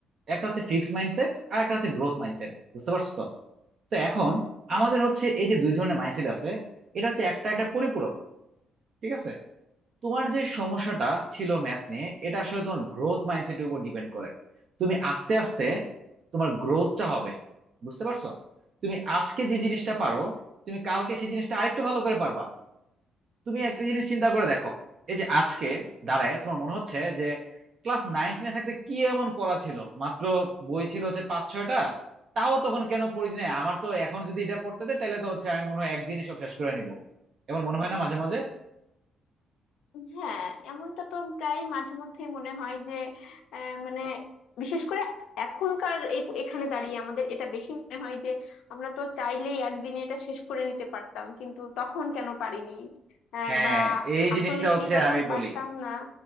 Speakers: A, on the right; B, on the left.
A: একটা হচ্ছে ফিক্সড মাইন্ডসেট আর একটা হচ্ছে গ্রোথ মাইন্ডসেট বুঝতে পারছো তো তো এখন
B: হ্যাঁ
A: আমাদের হচ্ছে এই যে দুই ধরনের মাইন্ডসেট আছে এটা হচ্ছে একটা একটা পরিপূরক ঠিক আছে তোমার যে সমস্যাটা ছিল ম্যাথ নিয়ে এটা আসলে তোমার গ্রোথ মাইন্ডসেটের উপর ডিপেন্ড করে তুমি আস্তে আস্তে তোমার গ্রোথটা হবে বুঝতে পারছো তুমি আজকে
B: হ্যাঁ
A: যে জিনিসটা পারো তুমি কালকে সেই জিনিসটা আরেকটু ভালো করে পারবা তুমি একটা জিনিস চিন্তা করে দেখো এই যে আজকে দাঁড়ায় তোমার মনে হচ্ছে যে ক্লাস নাইন টেনে থাকতে কি এমন পড়া ছিল মাত্র বই ছিল হচ্ছে পাঁচ ছয়টা তাও তখন কেন পড়ি নাই আমার তো এখন যদি এটা পড়তে দেয় তাহলে তো হচ্ছে আমি মনে হয় একদিনই সব শেষ করে নিব এমন মনে হয় না মাঝে মাঝে
B: হ্যাঁ এমনটা তো প্রায় মাঝে মধ্যেই মনে হয় যে আহ, মানে বিশেষ করে এখনকার এই এখানে দাঁড়িয়ে আমাদের এটা বেশি মনে হয় যে আমরা তো চাইলেই একদিনে এটা শেষ করে নিতে পারতাম কিন্তু তখন কেন পারিনি আহ,
A: হ্যাঁ
B: বা
A: এই জিনিসটা
B: আসলে
A: হচ্ছে
B: কি তখন
A: আমি বলি
B: পারতাম না